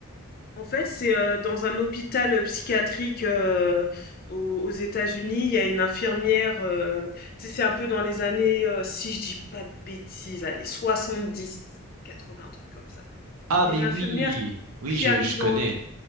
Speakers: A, on the left (about 45°); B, on the right (about 80°).
A: En fait, c'est euh, dans un hôpital euh, psychiatrique euh, aux, aux États-Unis, il y a une infirmière, euh, tu sais, c'est un peu dans les années, euh, si je dis pas de bêtises, allez, soixante-dix, quatre-vingts, un truc comme ça.
B: Ah,
A: Il
B: mais
A: y a une infirmière
B: oui, oui,
A: qui
B: je,
A: arrive
B: je
A: dans,
B: connais.